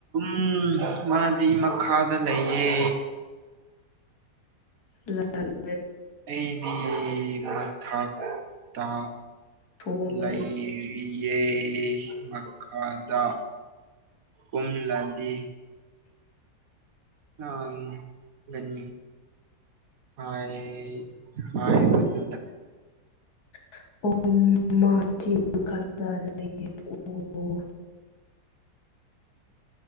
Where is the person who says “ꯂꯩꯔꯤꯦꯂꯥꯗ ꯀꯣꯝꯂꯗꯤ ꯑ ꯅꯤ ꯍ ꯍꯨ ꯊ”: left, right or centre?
Right